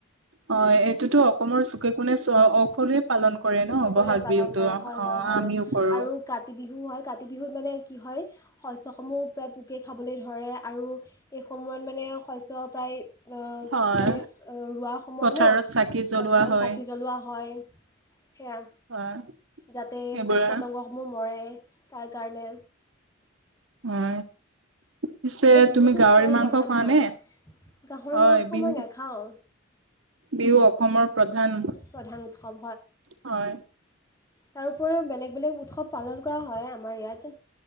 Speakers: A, on the right; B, on the left.
A: হয় এইটোতো অসমৰ চুকে কোণে সকলোৱে পালন কৰে ন
B: সকলোৱে
A: বহাগ
B: পালন
A: বিহুতো
B: কৰে হয়
A: অ
B: হয় হয়
A: আমিও কৰো
B: আৰু কাতি বিহু হয় কাতি বিহুত মানে কি হয় শস্যসমূহ প্ৰায় পোকে খাবলৈ ধৰে আৰু এইেই সময়ত মানে শস্য প্ৰায়
A: হয়
B: কি কয় ৰোৱা সময়
A: পথাৰত
B: ন
A: চাকি জ্বলোৱা
B: পথ
A: হয়
B: চাকি জ্বলোৱা হয় সেয়া
A: হয়
B: যাতে
A: এইবোৰ
B: পোক পতংগসমূহ মৰে তাৰ কাৰণে
A: উ পিছে
B: মানে বিহুটো
A: তুমি গাহৰি
B: প্ৰায়
A: মাংস
B: প্ৰধান
A: খোৱা
B: হয়
A: নে
B: আৰু। গাহৰি
A: অ
B: মাংস
A: বিহু
B: মই নাখাওঁ
A: বিহু অসমৰ প্ৰধান হয়
B: প্ৰধান উৎসৱ তাৰোপৰিও বেলেগ বেলেগ উৎসৱ পালন কৰা হয় আমাৰ ইয়াত